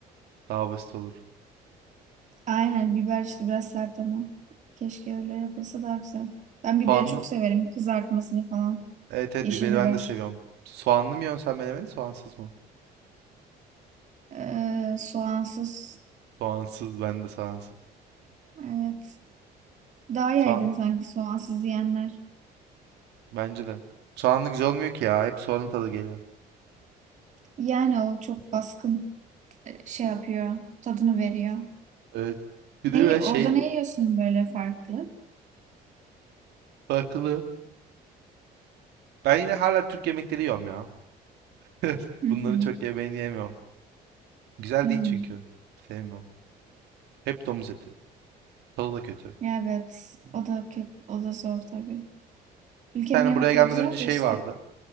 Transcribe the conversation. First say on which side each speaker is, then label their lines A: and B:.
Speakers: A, on the right; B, on the right.
A: Daha basit olur.
B: Aynen biber işte biraz sert ama. Keşke öyle yapılsa daha güzel. Ben
A: <laughs>
B: biberi
A: Soğanlı,
B: çok severim. Kızartmasını falan.
A: Evet evet
B: Yeşil
A: biberi
B: biber.
A: ben de seviyorum. Soğanlı mı yiyorsun sen menemeni soğansız mı?
B: Ee, soğansız.
A: Soğansız ben de soğansız.
B: Evet. Daha yaygın
A: Soğan
B: sanki soğansız yiyenler.
A: bence de. Soğanlı güzel olmuyor ki ya. Hep soğanın tadı geliyor.
B: Yani o çok baskın e, şey yapıyor. Tadını veriyor.
A: Evet. Bir
B: Ne,
A: de ben şey
B: orada ne yiyorsun böyle farklı?
A: bakılı. Ben yine hala Türk yemekleri yiyorum ya. <laughs>
B: Hı
A: Bunların
B: hı.
A: çok yemeğini yemiyorum. Güzel
B: Hmm.
A: değil çünkü. Sevmiyorum. Hep domuz eti. Tadı da kötü.
B: Evet. O da kötü. O da zor tabii. Ülkemin
A: Bir tane
B: yemekleri
A: buraya gelmeden
B: güzel
A: önce şey
B: de işte.
A: vardı.